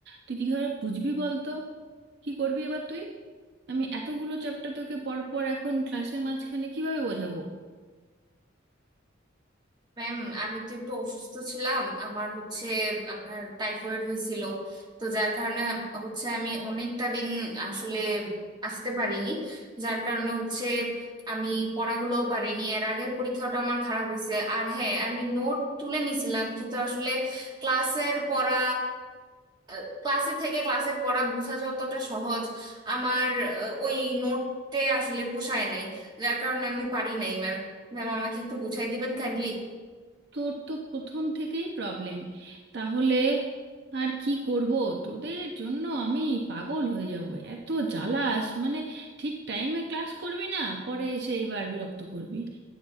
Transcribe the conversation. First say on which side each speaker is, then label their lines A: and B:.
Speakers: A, on the right; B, on the right.
A: তুই কি করে বুঝবি বলতো কি করবি এবার তুই আমি এতগুলো চ্যাপ্টার তোকে পরপর এখন ক্লাসের মাঝখানে কিভাবে বোঝাবো
B: ম্যাম আমি তো একটু অসুস্থ ছিলাম আমার হচ্ছে আপনার টাইফয়েড হয়েছিল তো যার কারণে হচ্ছে আমি অনেকটা দিন আসলে আসতে পারিনি যার কারণে হচ্ছে আমি পড়াগুলোও পারিনি এর আগের পরীক্ষাটা আমার খারাপ হয়েছে আর হ্যাঁ আমি নোট তুলে নিছিলাম কিন্তু আসলে ক্লাসের পড়া আহ, ক্লাসে থেকে ক্লাসের পড়া বোঝা যতটা সহজ আমার আহ, ওই নোটতে আসলে পোষায় নাই যার কারণে আমি পারি নাই ম্যাম ম্যাম আমাকে একটু বুঝাই দিবেন কাইন্ডলি
A: তোর তো প্রথম থেকেই প্রবলেম তাহলে আর কি করব তোদের জন্য আমি পাগল হয়ে যাব এত জ্বালাস মানে ঠিক টাইমে ক্লাস করবি না পরে এসে এবার বিরক্ত করবি